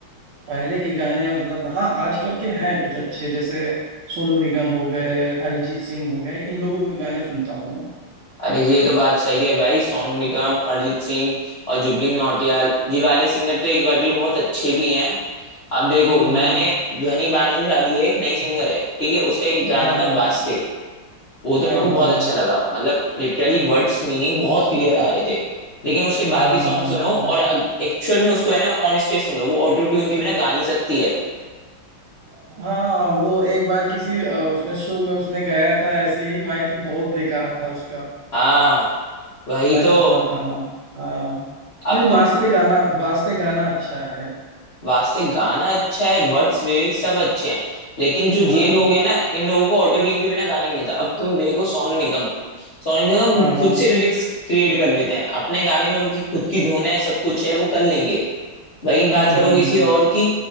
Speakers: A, on the right; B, on the left.
A: पहले के गाने मतलब हाँ आजकल के हैं कुछ अच्छे जैसे सोनू निगम हो गए अरिजीत सिंह हो गए इन लोगों के गाने सुनता हूँ मैं
B: अरे ये तो बात सही है भाई सोनू निगम अरिजीत सिंह और जुबिन नौटियाल ये वाले सिंगर तो एक बार के लिए बहुत अच्छे भी हैं अब देखो
A: हम्म
B: मैंने
A: हम्म
B: ध्वनि भानुशाली है एक नई सिंगर है ठीक है उसका एक गाना
A: हाँ हाँ
B: था वास्ते वो तो
A: हाँ
B: मेरे को
A: हाँ
B: बहुत
A: हाँ
B: अच्छा लगा मतलब लिटरली वर्ड्स मीनिंग बहुत क्लियर आ रहे थे लेकिन उसके बाकी
A: हाँ हाँ
B: सॉन्ग
A: हाँ
B: सुनो
A: हाँ
B: और एक्चुअल में उसको है ना ऑन स्टेज सुन लो वो ऑटो ट्यून के बिना गा नहीं सकती है
A: हाँ हाँ, वो एक बार किसी आ, उसमें शो में उसने गाया था ऐसे ही माइक पे बहुत बेकार था उसका
B: हाँ वही
A: मैंने
B: तो
A: सुना था हाँ हाँ
B: अब
A: लेकिन वास्ते
B: तुम
A: गाना वास्ते गाना अच्छा है
B: वास्ते गाना अच्छा है वर्ड्स लिरिक्स सब अच्छे हैं लेकिन जो
A: हाँ
B: ये लोग हैं ना इन लोगों को ऑटो ट्यून के बिना गाना ही नहीं आता अब तुम देखो सोनू निगम सोनू निगम
A: हाँ हाँ
B: खुद से लिरिक्स क्रिएट कर लेते हैं अपने गाने में उनकी खुद की धुन है सब कुछ है वो कर लेंगे वहीं
A: हम्म
B: बात करो
A: हम्म
B: किसी
A: हम्म
B: और की